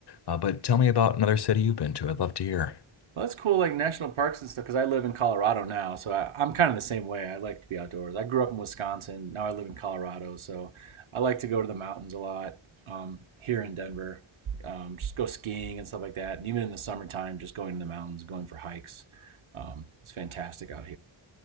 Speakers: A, on the left; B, on the right.
A: Uh, but tell me about another city you've been to. I'd love to hear.
B: well, that's cool, like national parks and stuff, because I live in Colorado now. So I, I'm kind of the same way. I like to be outdoors. I grew up in Wisconsin. Now I live in Colorado. So I like to go to the mountains a lot um, here in Denver. Um, just go skiing and stuff like that. And even in the summertime, just going to the mountains, going for hikes. Um, it's fantastic out